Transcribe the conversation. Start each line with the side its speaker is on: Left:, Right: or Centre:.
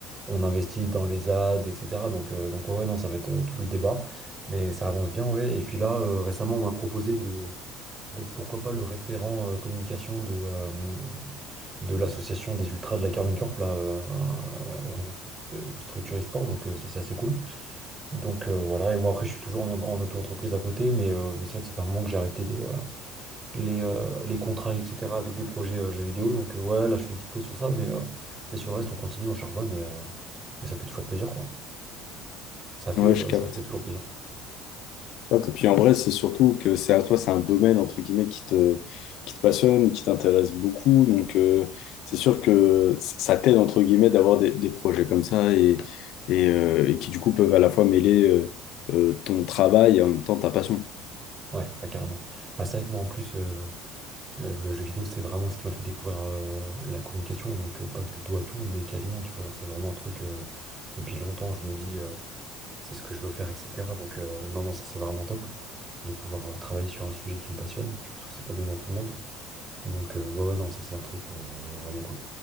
Right: on investit dans les ads, etc. Donc, euh, donc ouais, ouais, non, ça va être euh, tout le débat. Mais ça avance bien, ouais. Et puis là, euh, récemment, on m'a proposé de d'être pourquoi pas le référent euh, communication de, euh, de l'association des ultras de la Carmine Corp, là, euh, euh, de, du structure e-sport. Donc euh, ça, c'est assez cool. Donc euh, voilà, et moi après je suis toujours en, en auto-entreprise à côté, mais, euh, mais c'est vrai que ça fait un moment que j'ai arrêté les, euh, les, euh, les contrats, etc. avec des projets euh, jeux vidéo. Donc euh, ouais, là je fais une petite pause sur ça, mais, euh, mais sur le reste on continue, on charbonne et, euh, et ça fait toujours plaisir quoi. Ça fait,
Left: Ouais,
Right: euh,
Left: je capte.
Right: ça fait toujours plaisir.
Left: Tu vois, Et puis en vrai, c'est surtout que c'est à toi, c'est un domaine entre guillemets qui te, qui te passionne, qui t'intéresse beaucoup. Donc euh, c'est sûr que ça t'aide entre guillemets d'avoir des, des projets comme ça et, et, euh, et qui du coup peuvent à la fois mêler euh, euh, ton travail et en même temps ta passion.
Right: Ouais, bah carrément. Bah, c'est vrai que moi en plus, euh, Le, le jeu vidéo, c'est vraiment ce qui m'a fait découvrir euh, la communication. Donc, euh, pas que je lui dois tout, mais quasiment, tu vois. Genre, c'est vraiment un truc, euh, depuis longtemps, je me dis, euh, c'est ce que je veux faire, etc. Donc, euh, non, non, ça, c'est vraiment top de pouvoir euh, travailler sur un sujet qui me passionne. Je pense que c'est pas donné à tout le monde. Donc, euh, ouais, ouais, non, ça, c'est un truc euh, vraiment cool.